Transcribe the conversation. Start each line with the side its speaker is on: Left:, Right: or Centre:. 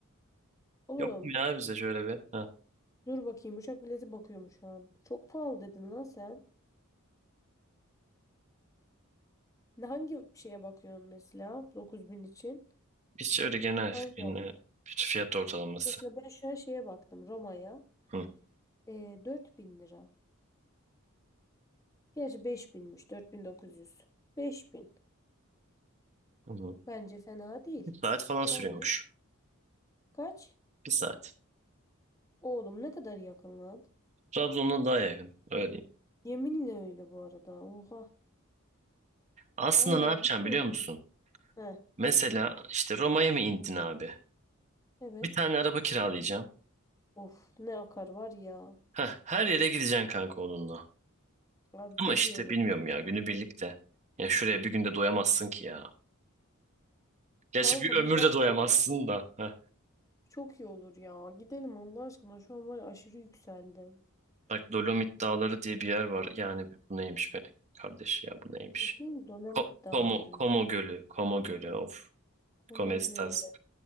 Left: Oğlum
Right: yok mu ya bize şöyle bir? Ha.
Left: dur bakayım uçak bileti bakıyorum şu an. Çok pahalı dedin lan sen. Ne hangi şeye bakıyorsun mesela 9000 için?
Right: Hiç öyle genel,
Left: Hangi
Right: genel
Left: hava?
Right: bir fiyat ortalaması.
Left: Mesela ben şu an şeye baktım Roma'ya.
Right: Hı.
Left: Ee, bin lira. Gerçi beş binmiş 4900. 5000.
Right: Hı hı.
Left: Bence fena değil.
Right: Bir saat falan
Left: Sence?
Right: sürüyormuş.
Left: Kaç?
Right: Bir saat.
Left: Oğlum ne kadar yakın lan.
Right: Trabzon'dan daha yakın. Öyle diyeyim.
Left: Yeminle öyle bu arada. Oha.
Right: Aslında
Left: Aa
Right: ne yapacağım
Left: bu ne?
Right: biliyor musun?
Left: Heh,
Right: Mesela işte Roma'ya mı indin abi?
Left: evet.
Right: Bir tane araba kiralayacağım.
Left: Of ne akar var ya.
Right: Heh, her yere gideceksin kanka onunla.
Left: Abi çok
Right: Ama işte
Left: iyi olur.
Right: bilmiyorum ya günü birlikte. Ya şuraya bir günde doyamazsın ki ya. Gerçi
Left: Kanka
Right: bir ömür
Left: Milano'da.
Right: de doyamazsın da. Heh.
Left: Çok iyi olur ya. Gidelim Allah aşkına. Şu an var ya aşırı yükseldim.
Right: Bak Dolomit Dağları diye bir yer var. Yani bu neymiş be kardeş ya bu neymiş?
Left: Bakayım Dolomit
Right: Ko-
Left: Dağları.
Right: Como, Como Gölü. Como Gölü of.
Left: Koma
Right: Comestas.
Left: Gölü.